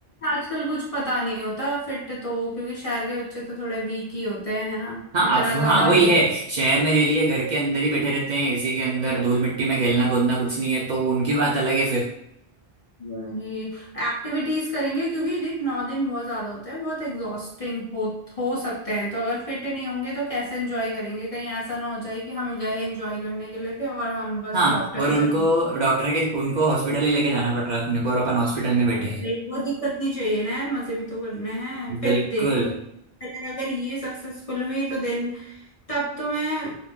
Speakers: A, on the left; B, on the right.
A: आजकल कुछ पता नहीं होता फिट तो क्योंकि शहर के बच्चे तो थोड़े वीक ही होते हैं है ना
B: हाँ
A: इतना
B: अब
A: ज्यादा
B: हाँ वही है शहर में रह लिए घर के अंदर ही बैठे रहते हैं इसी के अंदर धूल मिट्टी में खेलना कूदना कुछ नहीं है तो उनकी बात अलग है
A: वही एक्टिविटीज करेंगे क्योंकि देख नौ दिन बहुत ज्यादा होते हैं बहुत एग्जॉस्टिंग हो हो सकते हैं तो अगर फिट नहीं होंगे तो कैसे एंजॉय करेंगे कहीं ऐसा ना हो जाए कि हम गए एंजॉय करने के लिए थे और हम बस
B: हाँ
A: डॉक्टर
B: और
A: के
B: उनको
A: चक्कर में
B: डॉक्टर के उनको हॉस्पिटल ही लेके जाना पड़ रहा है अपने को और अपन हॉस्पिटल में बैठे हैं
A: नहीं, वो दिक्कत नहीं चाहिए ना यार मजे भी तो करने हैं फिर
B: बिल्कुल
A: देखेंगे पहले अगर ये सक्सेसफुल हुई तो देन तब तो मैं